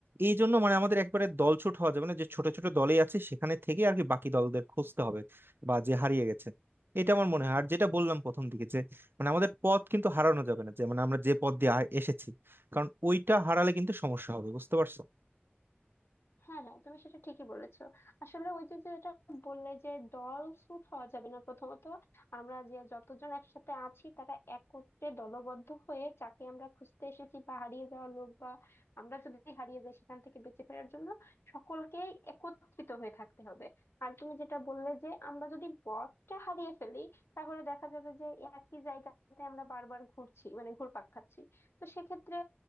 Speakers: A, on the right; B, on the left.
A: এই জন্য মানে আমাদের একবারে দলছুট হওয়া যাবে না যে ছোট ছোট দলেই আছে সেখানে থেকে আর কি বাকি দলদের খুঁজতে হবে বা যে হারিয়ে গেছে এটা আমার মনে হয় আর যেটা বললাম প্রথম দিকে যে মানে আমাদের পথ কিন্তু হারানো যাবে না যে মানে আমরা যে পথ দিয়ে আ- এসেছি কারণ ওইটা হারালে কিন্তু সমস্যা হবে বুঝতে পারছো
B: হ্যাঁ হ্যাঁ তুমি সেটা ঠিকই বলেছো আসলে ওই যে যেটা বললে যে দল সুট হওয়া যাবে না প্রথমত আমরা যে যতজন একসাথে আছি তারা একত্রে দলবদ্ধ হয়ে যাকে আমরা খুঁজতে এসেছি বা হারিয়ে যাওয়া লোক বা আমরা যদি হারিয়ে যাই সেখান থেকে বেঁচে ফেরার জন্য সকলকেই একত্রিত হয়ে থাকতে হবে আর তুমি যেটা বললে যে আমরা যদি পথটা হারিয়ে ফেলি তাহলে দেখা যাবে যে একই জায়গাতে আমরা বারবার ঘুরছি মানে ঘুরপাক খাচ্ছি তো সেক্ষেত্রে